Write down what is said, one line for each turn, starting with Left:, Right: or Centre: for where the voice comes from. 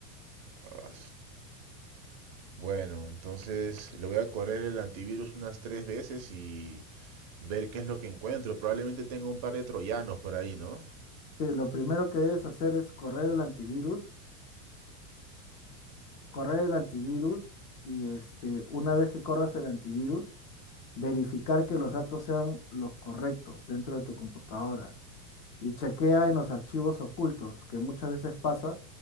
Right: Ah, Bueno, entonces le voy a correr el antivirus unas tres veces y ver qué es lo que encuentro. Probablemente tenga un par de troyanos por ahí, ¿no?
Left: Sí, lo primero que debes hacer es correr el antivirus, correr el antivirus y este, una vez que corras el antivirus, verificar que los datos sean los correctos dentro de tu computadora. y chequea en los archivos ocultos, que muchas veces pasa